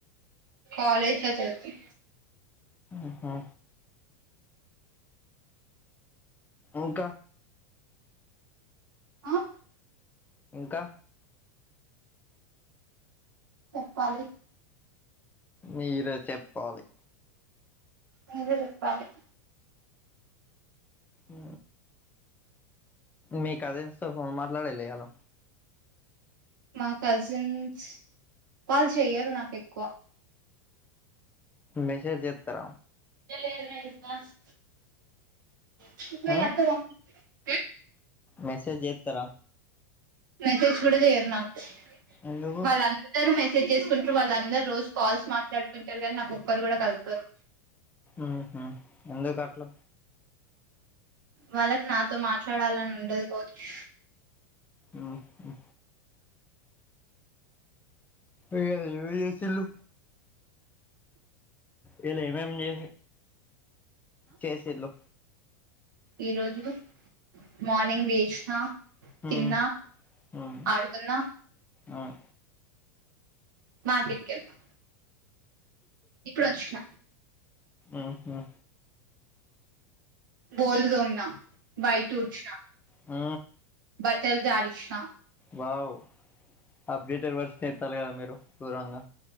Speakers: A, on the right (about 80°); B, on the left (about 15°).
A: కాలజ్ ల చదుతం
B: ఆహా ఇంకా
A: ఆ
B: ఇంకా
A: చెప్పాలి
B: మీరు చెప్పాలి
A: మీరు చెపాలి
B: ఊ మీ కజిన్ తో ఫోన్ మాట్లాడలే ఇయలో
A: మా కజిన్స్ వాళ్ళు చెయ్యరు నాకు ఎక్కువ
B: మెసేజ్ చెత్తార
A: <unintelligible>
B: ఉమ్ మెసేజ్ ఎతర
A: మెసేజ్ కూడా చేయరు నాకు
B: ఎందుకు
A: వాళ్ళందరు మెస సెజ్ చేసుకుంటారు వాళ్ళందరు రోజు కాల్స్ మాట్లాడుకుంటారు కాని నాకు ఒక్కరు కూడా కలపరు
B: ఉహు ఎందుకట్ల
A: వాళ్ళకి నాతో మాట్లాడాలని ఉండదు కావచ్
B: ఉహు ఏ అది ఎవలు చేసిలు ఇయల ఏం ఏం చే చేసిలు
A: ఈరోజు మార్నింగ్ లెసిన తిన్నా
B: ఉమ్ ఉమ్
A: ఆడుకున్న
B: ఉమ్
A: మార్కెట్ కెళ్ళినా ఇప్పుడు వచ్చిన
B: ఉహు
A: బోళ్లు తోమిన బయిట ఊడ్చినా
B: ఆ
A: బట్టల్ జడిచిన
B: వావ్ అప్డేటెర్ వర్షన్ ఏస్తాలు కదా మీరు గోరంగా